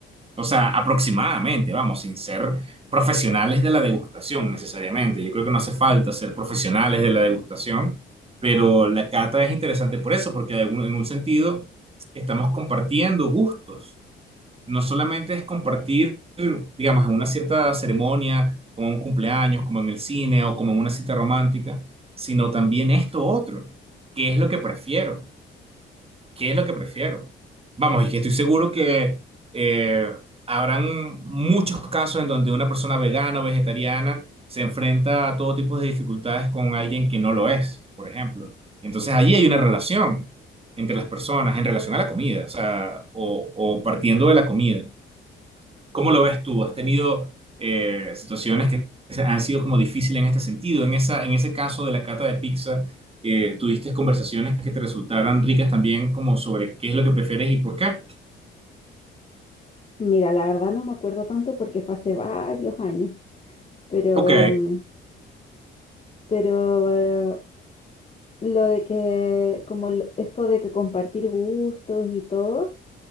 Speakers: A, on the right; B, on the left.
A: O sea, aproximadamente, vamos, sin ser profesionales de la degustación necesariamente. Yo creo que no hace falta ser profesionales de la degustación, pero la cata es interesante por eso, porque de algún- en un sentido estamos compartiendo gustos. No solamente es compartir, digamos, en una cierta ceremonia, como en un cumpleaños, como en el cine o como en una cita romántica, sino también esto otro, que es lo que prefiero. ¿Qué es lo que prefiero? Vamos, y que estoy seguro que eh, habrán muchos casos en donde una persona vegana o vegetariana se enfrenta a todo tipo de dificultades con alguien que no lo es, por ejemplo. Entonces allí hay una relación entre las personas en relación a la comida, o sea, o, o partiendo de la comida. ¿Cómo lo ves tú? ¿Has tenido eh, situaciones que han sido como difíciles en este sentido? En esa, en ese caso de la cata de pizza, eh, ¿tuviste conversaciones que te resultaran ricas también como sobre qué es lo que prefieres y por qué?
B: Mira, la verdad no me acuerdo tanto porque fue hace varios años, pero,
A: Ok,
B: mm, pero eh, lo de que, como lo- esto de que compartir gustos y todo,